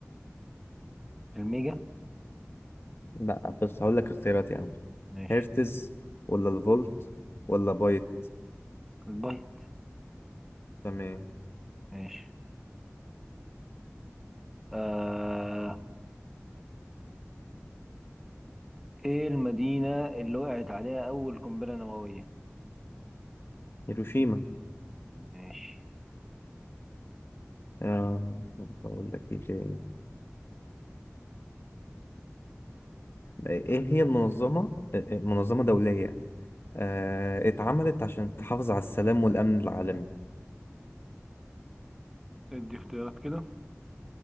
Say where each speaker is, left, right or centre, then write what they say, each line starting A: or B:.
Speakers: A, in the centre; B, on the left.
A: الميجا
B: لأ بس هقول لك اختيارات يا عم
A: ماشي
B: هرتز ولا الفولت ولا بايت
A: البايت
B: تمام
A: ماشي آه... ايه المدينة اللي وقعت عليها أول قنبلة نووية
B: هيروشيما
A: ماشي
B: آه... أقول لك إيه تاني إيه هي المنظمة آه، آه، منظمة دولية آه... اتعملت عشان تحافظ على السلام والأمن العالمي
A: ادي اختيارات كده